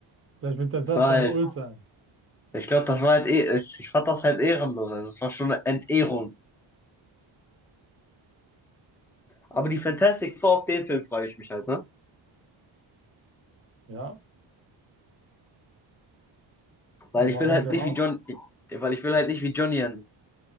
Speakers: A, on the right (about 25°); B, in the centre.
A: Vielleicht wird das,
B: Das
A: das
B: war
A: seine
B: halt,
A: Ult sein.
B: ich glaube, das war halt, eh- es- ich fand das halt ehrenlos. Also es war schon eine Entehrung. Aber die Fantastic Four auf den Film freue ich mich halt, ne?
A: Ja.
B: Weil
A: Warum
B: ich will halt
A: genau?
B: nicht wie John, weil ich will halt nicht wie Johnny enden.